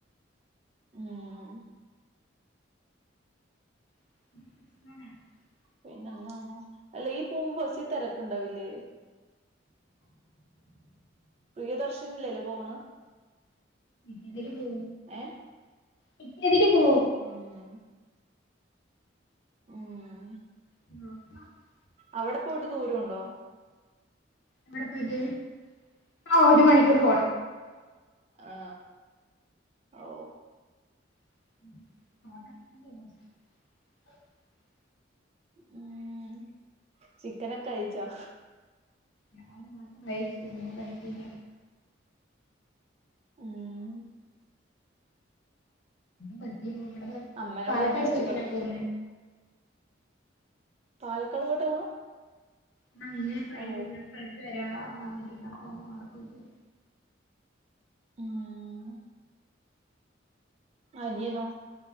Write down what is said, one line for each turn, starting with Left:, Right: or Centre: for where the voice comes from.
Right: ഉം
Left: <unintelligible>
Right: പിന്നെന്താ അല്ല ഈ പോകുമ്പോ ബസിൽ തിരക്കുണ്ടാവില്ലേ പ്രിയദർശനിെല ല്ലെ പോണ്
Left: കതിട്ട് പോ
Right: ഏ
Left: കറ്റിയതിട്ട് പോ
Right: ഉം ഉം
Left: <unintelligible>
Right: അവിടെ പോയിട്ട് ദൂരംണ്ടോ
Left: എവിടെ പോയിട്ട് ആ ഒരു മണിക്കൂർ പോണം
Right: ആ ഓ
Left: അ <unintelligible>
Right: ഉം ചിക്കനൊക്കെ കഴിച്ചോ
Left: ഞൻ മാത്രം കൈ ചിട്ടില്ല <inaudible>
Right: ഉം
Left: ബസ അവിടെന്ന
Right: അമ്മനോട്
Left: പാലക്കാട്
Right: അന്വേഷിച്ചു
Left: പോയിട്ടാ
Right: പറയ്
Left: ഞാൻ പോന്നേ
Right: പാലക്കാട് പോയിട്ട് പോണു
Left: ആ ഇന്ന് ഫ
Right: ഓ
Left: ഫ്രണ്ട്സ് വരാന്ന് പറഞ്ഞിട്ട്ണ്ട് അപ്പൊ അവിടെ പോയിട്ട്
Right: ഉം അനിയനോ